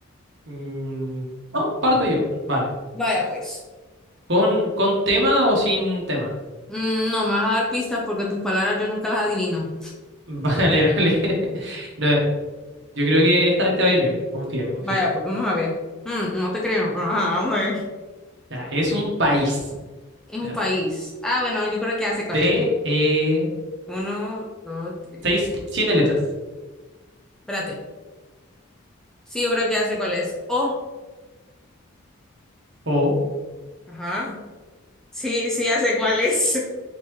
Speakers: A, on the right; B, in the centre.
A: Mm, no, parto yo, vale.
B: Vaya, pues.
A: ¿Con, con tema o sin tema?
B: Mm, no, me vas a dar pistas porque tus palabras yo nunca las adivino.
A: <laughs> Vale, vale. <laughs> No, yo creo que esta vez te va a ir bien, confía, confía.
B: Vaya, pues vamos a ver. Mm, no te creo, pero ajá, vamos a ver.
A: Ya, es un país,
B: Es un
A: ya,
B: país. Ah, bueno, yo creo que hace cuál
A: De
B: es.
A: eh,
B: Uno, dos, tres.
A: seis, siete letras.
B: Espérate. Sí, yo creo que hace cuál es. Oh,
A: O,
B: ajá. Sí, sí, hace cuál es.